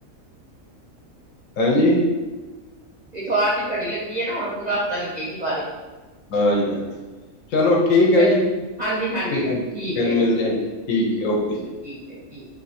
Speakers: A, on the left; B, on the right.
A: ਹਾਂਜੀ‍?
B: ਐਤਵਾਰ ਦੀ ਝੜੀ ਲੱਗੀ ਏ ਨਾ ਹੁਣ ਪੂਰਾ ਪਤਾ ਲੱਗੇਗੀ ਬਾ
A: ਹਾਂਜੀ, ਹਾਂਜੀ ਚਲੋ ਠੀਕ ਹੈ
B: ਚਲੋ
A: ਜੀ,
B: ਹਾਂਜੀ ਹਾਂਜੀ
A: ਫਿਰ
B: ਠੀਕ
A: ਮਿਲਦੇ ਹ ਠੀਕ ਓਕੇ ਜੀ।
B: ਏਕੀ